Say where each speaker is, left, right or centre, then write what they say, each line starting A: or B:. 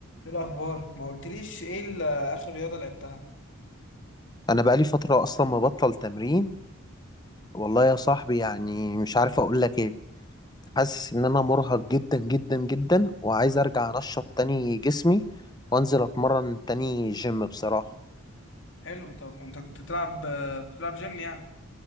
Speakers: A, on the left; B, on the left.
A: ايه الاخبار ما قلتليش ايه ال- اخر رياضه لعبتها
B: انا بقالي فتره اصلا مبطل تمرين والله يا صاحبي يعني مش عارف اقول لك ايه حاسس ان انا مرهق جدا جدا جدا وعايز ارجع انشط تاني جسمي وانزل اتمرن تاني جيم بصراحه
A: حلو طب انت كنت بتلعب آه، كنت بتلعب جيم يعني